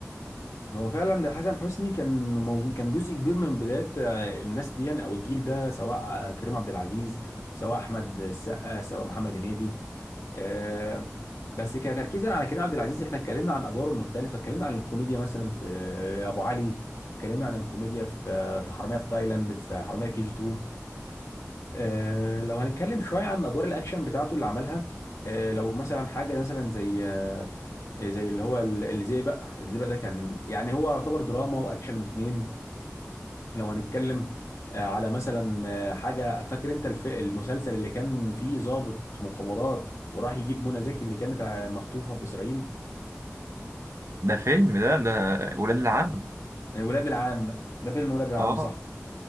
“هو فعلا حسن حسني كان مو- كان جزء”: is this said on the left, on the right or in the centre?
Left